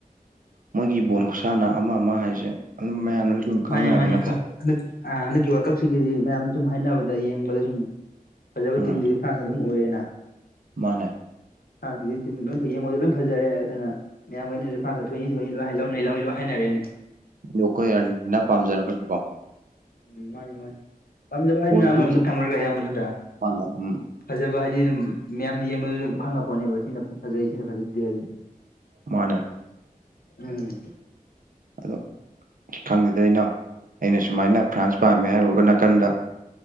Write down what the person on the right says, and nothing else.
ꯃꯣꯏꯒꯤ ꯕꯣꯟ ꯈꯨꯠꯁꯥꯟꯅ ꯑꯃ ꯑꯃ ꯍꯥꯏꯁꯦ ꯑꯗꯨꯝ ꯃꯌꯥꯝꯅꯁꯨ ꯑꯗꯨꯝ ꯈꯪꯅꯔꯝꯃꯤꯅꯀꯣ
ꯎꯝ
ꯃꯥꯅꯦ
ꯑꯗꯣ ꯑꯩꯈꯣꯏ ꯑꯔꯖꯦꯟꯇꯤꯅꯥ ꯄꯥꯝꯖꯔꯒꯁꯨ ꯀꯣ
ꯍꯣꯏ
ꯍꯣꯏ
ꯃꯥꯅꯦ ꯎꯝ
ꯃꯥꯅꯦ
ꯑꯗꯣ ꯈꯪꯗꯦꯗ ꯏꯅꯥꯎ ꯑꯩꯅ ꯁꯨꯃꯥꯏꯅ ꯐ꯭ꯔꯥꯟꯁ ꯄꯥꯝꯃꯦ ꯍꯥꯏꯔꯨꯔꯒ ꯅꯥꯀꯟꯗ